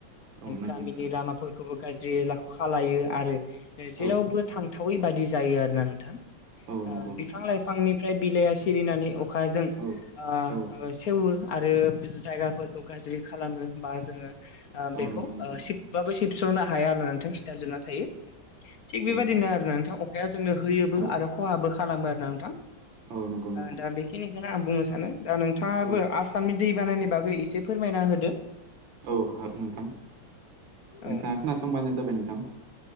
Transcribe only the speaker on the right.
औ नंगौ
नोंथां
औ
औ
नंगौ नोंथां
औ औ
औ
नंगौ नोंथां
औ
नोंथां
औ
औ नंगौ नोंथां।
औ
औ नोंथां
नोंथाङा खोनासंबानो जाबाय नोंथां।